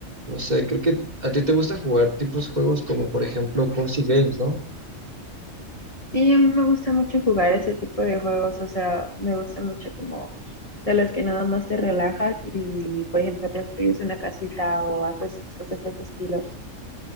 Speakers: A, on the right; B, on the left.
A: no sé, creo que a ti te gusta jugar tipos juegos como por ejemplo Cozy Games, ¿no?
B: Sí, a mí me gusta mucho jugar ese tipo de juegos, o sea, me gusta mucho como de los que nada más te relajas y, por ejemplo, construyes una casita o haces cosas de ese estilo.